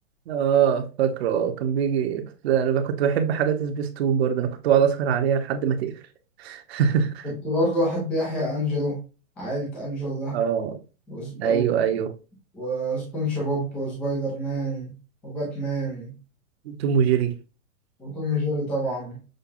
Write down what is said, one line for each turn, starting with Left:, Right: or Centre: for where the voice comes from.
Right: اه فاكره آه، كان بيجي كنت- انا كنت بحب حاجات سبيستون برضه انا كنت بقعد اسهر عليها لحد ما تقفل <laughs>
Centre: كنت برضه أحب يحيى أنجلو عائلة أنجلو ده
Right: اه
Centre: وسب...
Right: ايوه ايوه
Centre: وسبونج بوب وسبايدر مان وباتمان
Right: توم وجيري
Centre: وتوم جيري طبعا